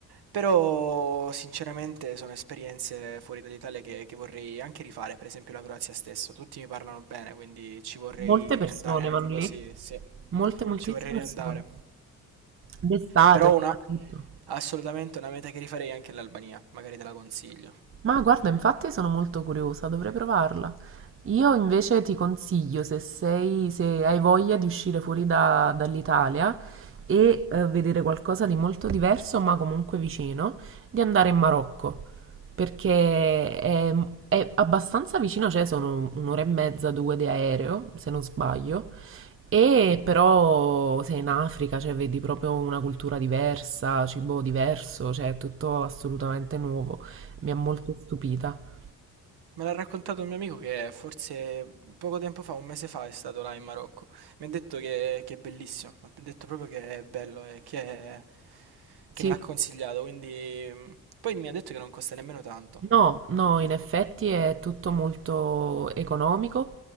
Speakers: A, on the right (about 55°); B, on the right (about 30°).
A: Però sinceramente sono esperienze fuori dall'Italia che, che vorrei anche rifare, per esempio la Croazia stesso, tutti mi parlano bene, quindi ci vorrei
B: Molte persone
A: riandare anche
B: vanno
A: così,
B: lì,
A: sì,
B: molte, moltissime
A: ci vorrei riandare.
B: persone. D'estate
A: Però
B: soprattutto.
A: una, assolutamente una meta che rifarei è anche l'Albania, magari te la consiglio.
B: Ma guarda, infatti sono molto curiosa, dovrei provarla. Io invece ti consiglio, se sei, se hai voglia di uscire fuori da- dall'Italia e eh, vedere qualcosa di molto diverso, ma comunque vicino, di andare in Marocco, perché è, è abbastanza vicino, cioè sono un'ora e mezza, due di aereo, se non sbaglio, e però sei in Africa, cioè vedi proprio una cultura diversa, cibo diverso, cioè è tutto assolutamente nuovo mi ha molto stupita.
A: Me l'ha raccontato un mio amico che forse poco tempo fa, un mese fa, è stato là in Marocco. Mi ha detto che, che è bellissimo, mi ha detto proprio che è bello e che, è-
B: Sì,
A: che me l'ha consigliato, quindi... mm, Poi mi ha detto che non costa nemmeno tanto.
B: No, no, in effetti è tutto molto economico